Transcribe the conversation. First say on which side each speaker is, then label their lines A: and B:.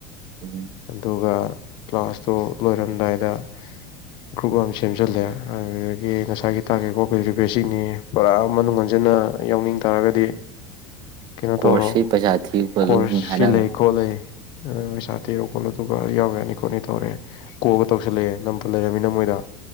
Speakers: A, on the right; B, on the left.
A: ꯎꯝ
B: ꯑꯗꯨꯒ ꯀ꯭ꯂꯥꯁꯇꯣ ꯂꯣꯏꯔꯝꯗꯥꯏꯗ ꯒ꯭ꯔꯨꯞ ꯑꯃ ꯁꯦꯝꯖꯤꯜꯂꯦ ꯑꯗꯨꯗꯒꯤ ꯉꯁꯥꯏꯒꯤ ꯇꯥꯒꯤ ꯀꯣꯒꯤꯗꯣꯁꯤꯅꯤ <unintelligible> ꯄꯨꯔꯥ ꯃꯅꯨꯡ ꯍꯟꯖꯤꯟꯅ ꯌꯥꯎꯅꯤꯡ ꯇꯥꯔꯒꯗꯤ ꯀꯩꯅꯣ
A: ꯀꯣꯔꯁꯁꯤ
B: ꯇꯧꯔꯣ
A: ꯄꯩꯁꯥ ꯊꯤꯌꯨ ꯈꯣꯠꯂꯨꯅ
B: ꯀꯣꯔ꯭ꯁ
A: ꯍꯥꯏꯔꯝꯃꯅꯤ
B: ꯁꯤ ꯂꯩ ꯈꯣꯠ ꯂꯩ ꯑꯥ ꯄꯩꯁꯥ ꯊꯤꯔꯣ ꯈꯣꯠꯂꯣ ꯑꯗꯨꯒ ꯑꯩ ꯌꯥꯎꯔꯒꯦ ꯈꯣꯠꯅꯦ ꯇꯧꯔꯦ ꯀꯣꯜ ꯇꯧꯁꯤꯜꯂꯦ ꯅꯝꯕꯔ ꯂꯩꯔꯃꯤꯅ ꯃꯣꯏꯗ